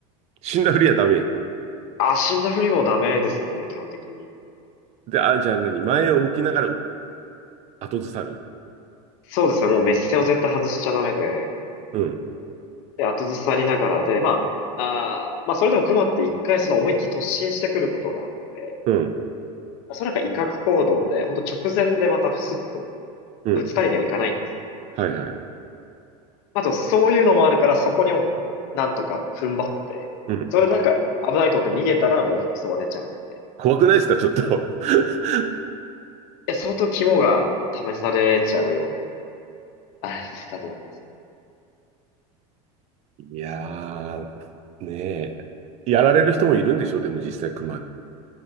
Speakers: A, on the right; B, on the left.
A: 死んだふりはダメ。
B: あ、死んだふりもダメですね、基本的に。
A: で、あ、じゃあ何前を向きながらう後ずさる。
B: そうですね、もう目線を絶対外しちゃダメで、
A: うん。
B: で、後ずさりながらで、まあ、あーまあ、それでも熊って一回その思いっきり突進してくることがあって、
A: うん。
B: それなんか威嚇行動で、ほんと直前でまたスッとこ
A: うん。
B: う、ぶつかりにはいかないんですけど。
A: はいはい。
B: まあと、そういうのもあるから、そこにも、なんとか踏ん張って、
A: うん。
B: それでなんか危ないと思って逃げたらもう襲われちゃう。い
A: 怖くないですかちょっと。<laughs>
B: や、相当肝が試されちゃうような、あれだと思います。
A: いやー、ねえ。やられる人もいるんでしょでも実際熊。